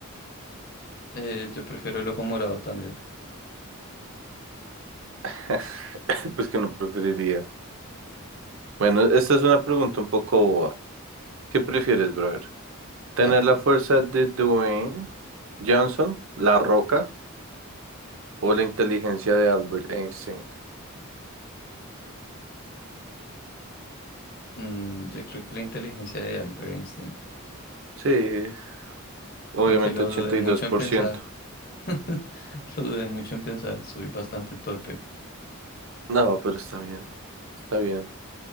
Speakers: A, on the left; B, on the right.
A: Eh, yo prefiero el ojo morado también.
B: <laughs> Pues que no preferiría. Bueno, esta es una pregunta un poco boba. ¿Qué prefieres, brother? ¿Tener
A: A ver,
B: la fuerza de Dwayne Johnson, La Roca, o la inteligencia de Albert Einstein?
A: mm, yo creo que la inteligencia de Albert Einstein.
B: Sí, obviamente
A: Aunque lo
B: ochenta
A: dudé mucho
B: y dos
A: en
B: por
A: pensar.
B: ciento.
A: <laughs> Lo dudé mucho en pensar. Soy bastante torpe.
B: No, pero está bien. Está bien.